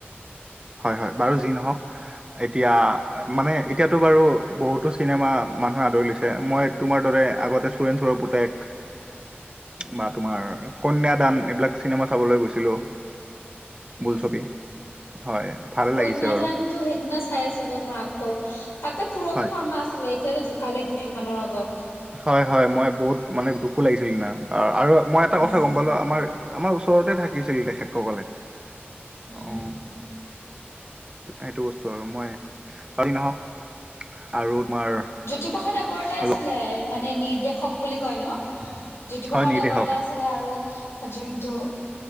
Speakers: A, on the right; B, on the left.
A: হয়, হয় বাৰু যি নহওক এতিয়া মানে এতিয়াতো বাৰু বহুতো চিনেমা মানুহে আদৰি লৈছে। মই তোমাৰ দৰে আগতে চোৰেণ চুৰৰ পুতেক বা তোমাৰ কন্যাদান এইবিলাক চিনেমা চাবলৈ গৈছিলো।
B: উম
A: বোলছবি। হয়। ভালে
B: কন্যাদানটো
A: লাগিছে বাৰু
B: সেইদিনা চাই আছিলো মই আকৌ। তাতে পূৰবী
A: হয়
B: শৰ্মা আছিলে। এতিয়া যে ঢুকালে দুদিনমানৰ আগত।
A: হয়, হয় মই বহুত মানে দুখো লাগিছিল সিদিনা আৰু মই এটা
B: উম
A: কথা গম পালো আমাৰ আমাৰ ওচৰতে থাকিছিল তেখেত ক'বলে,
B: উম
A: অ। সেইটো বস্তু আৰু মই যি নহওক আৰু তোমাৰ
B: জ্যোতিপ্ৰসাদ আগৰৱালা আছিলে
A: ল-
B: মানে নিৰ্দেশক বুলি কয় ন? জ্যোতিপ্ৰসাদ
A: হয় নিৰ্দেশক
B: আগৰৱালা আ ছিলে আৰু যোনটো